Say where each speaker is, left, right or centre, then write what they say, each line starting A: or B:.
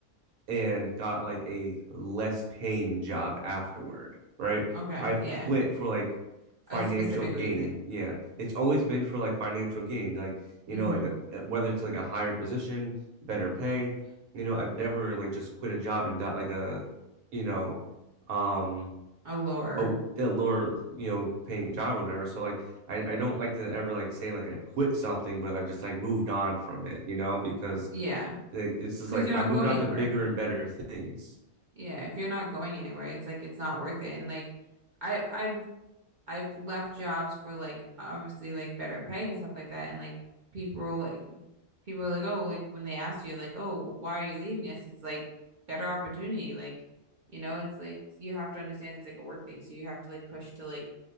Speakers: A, on the right; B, on the right.
A: and got like a less paying job afterward, right?
B: Okay,
A: I've
B: yeah.
A: quit for like financial
B: A specific
A: gain.
B: reason.
A: Yeah, it's always been for like financial gain, like you
B: hmm
A: know, like a, whether it's like a higher position, better pay. You know, I've never like just quit a job and got like a, you know, um,
B: A lower.
A: oh a lower you know paying job or whatever so like I, I don't like to ever like say like i quit something but i've just like moved on from it you know because
B: Yeah.
A: like, it's just
B: Because
A: like
B: you're not
A: i moved
B: going
A: on
B: anywhere.
A: to bigger and better things
B: Yeah. If you're not going anywhere, it's like it's not worth it. And like I I've I've left jobs for like obviously like better pay and stuff like that. And like people like people are like, oh, like when they ask you like, oh, why are you leaving us? It's like better opportunity. Like, you know, it's like you have to understand it's like a work thing. So you have to like push to like